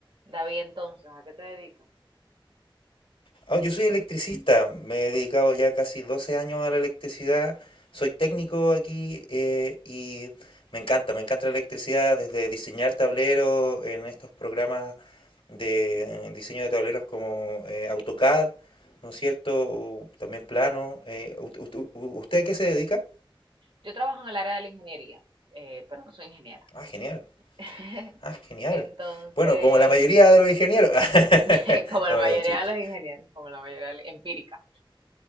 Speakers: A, on the right; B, on the left.
A: David, entonces, ¿a qué te dedicas?
B: Ah, yo soy electricista, me he dedicado ya casi 12 años a la electricidad, soy técnico aquí eh, y me encanta, me encanta la electricidad desde diseñar tableros en estos programas de diseño de tableros como eh, AutoCAD, ¿no es cierto? O también plano. eh, ¿ust- ust- u- ¿usted a qué se dedica?
A: Yo trabajo en el área de la ingeniería, eh, pero no soy ingeniera.
B: Ah, genial,
A: <laughs>
B: ah, genial.
A: Entonces,
B: Bueno, como la mayoría de los ingenieros. <laughs>
A: <laughs> como la
B: No,
A: mayoría
B: es un chiste,
A: de los ingenieros, como la mayoría de los- empírica.